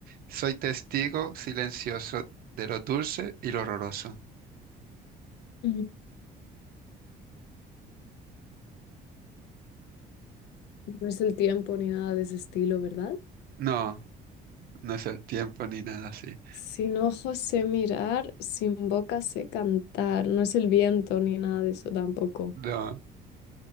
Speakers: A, on the right; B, on the left.
A: Soy testigo silencioso de lo dulce y lo horroroso.
B: Mm. No es el tiempo ni nada de ese estilo, ¿verdad?
A: No, no es el tiempo ni nada así.
B: Sin ojos sé mirar, sin boca sé cantar. No es el viento ni nada de eso tampoco.
A: No,